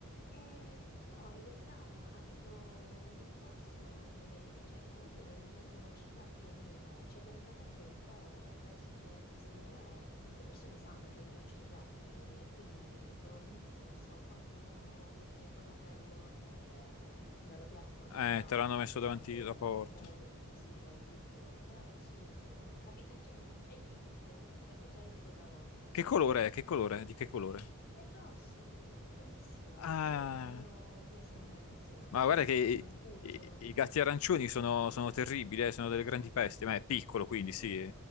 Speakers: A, on the left; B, on the left.
A: Eh, no, in realtà abito in un posto che, cioè, comunque è in mezzo alla città più o meno c'è del verde, però penso che, secondo me, le persone sanno che mi piacciono i gatti e quindi probabilmente, non so, quando trovano qualche trovatello, eh, me lo piazzano
B: Eh,
A: dietro casa
B: te l'hanno
A: perché
B: messo
A: sanno
B: davanti
A: che io
B: la
A: in qualche
B: porta.
A: modo sì, lo aiuto, però è assurdo, capite? <laughs> Cioè, è incredibile. Questa è già la seconda volta.
B: Che colore è? Che colore? è? Di che colore?
A: È grosso e poi è piccolissimo,
B: Ah,
A: secondo me è almeno un mese e mezzo,
B: ma
A: proprio
B: guarda
A: piccolo,
B: che
A: un cucciolo.
B: i, i- i gatti arancioni sono, sono terribili, eh, sono delle grandi peste, ma è piccolo quindi sì.